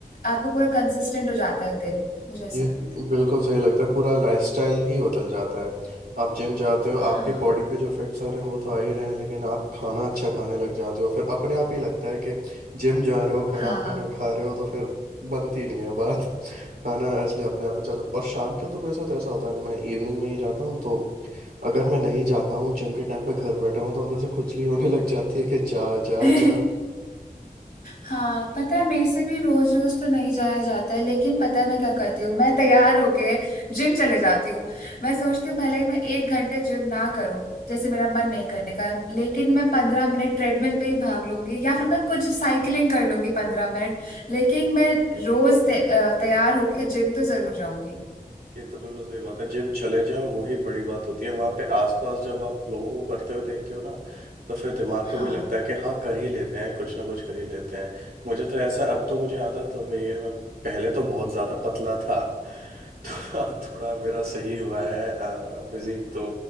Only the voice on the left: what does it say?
आपका पूरा कंसिस्टेंट हो जाता है दिन मुझे ऐसा
लगता है
हाँ
हाँ
<laughs>
हाँ पता है मेरे से भी रोज रोज तो नहीं जाया जाता है लेकिन पता है मैं क्या करती हूँ मैं तैयार होके जिम चले जाती हूँ मैं सोचती हूँ भले ही मैं एक घंटे जिम ना करूँ जैसे मेरा मन नहीं करने का लेकिन मैं पंद्रह मिनट ट्रेडमिल पे ही भाग लूंगी या फिर मैं कुछ साइकिलिंग कर लूंगी पंद्रह मिनट लेकिन मैं रोज तै- अ, तैयार होके जिम तो जरूर जाऊंगी
हाँ